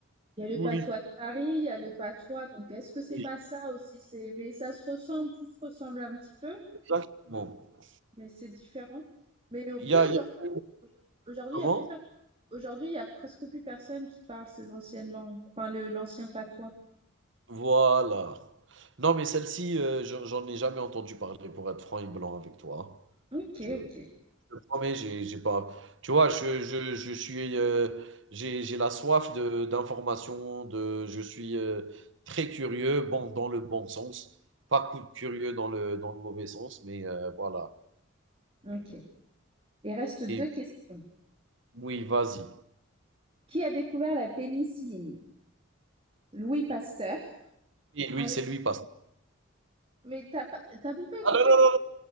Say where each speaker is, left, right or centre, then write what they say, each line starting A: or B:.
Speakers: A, on the right; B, on the right.
A: il y a le
B: Oui.
A: patois de Paris, il y a le patois. Donc, est-ce que c'est
B: Oui,
A: pas ça aussi? C'est, mais ça se ressemble, tout se ressemble un petit peu.
B: exactement.
A: Mais c'est différent. Mais au
B: Il
A: plus
B: y a,
A: aujourd'hui,
B: il y a-
A: aujourd'hui,
B: Comment?
A: il y a plus per- aujourd'hui, il y a presque plus personne qui parle ces anciennes langues, enfin le l'ancien patois.
B: Voilà. Non, mais celle-ci, euh, j'en j'en ai jamais entendu parler, pour être franc et blanc avec toi.
A: Ok,
B: Je-
A: ok,
B: Je te promets, j'ai j'ai pas tu vois, je je je suis, heu, j'ai j'ai la soif de d'information. de je suis, heu, très curieux, bon, dans le bon sens, pas coup de curieux dans le dans le mauvais sens, mais heu, voilà
A: ok. Il reste deux
B: et
A: questions.
B: oui, vas-y.
A: Qui a découvert la pénicilline? Louis Pasteur.
B: Et lui,
A: Alex...
B: c'est lui Pasteur.
A: Mais t'as pas... t'as même pas écouté.
B: Ah non, non, non,